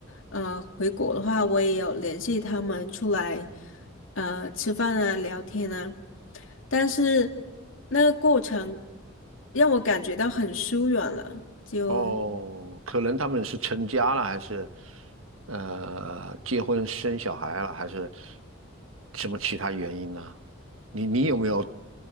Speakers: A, on the left (about 75°); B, on the right (about 85°).
A: 呃，回国的话，我也有联系他们出来，呃，吃饭啊，聊天啊，但是那个过程让我感觉到很疏远了，就。
B: 哦，可能他们是成家了，还是呃结婚生小孩了，还是什么其他原因呢？你你有没有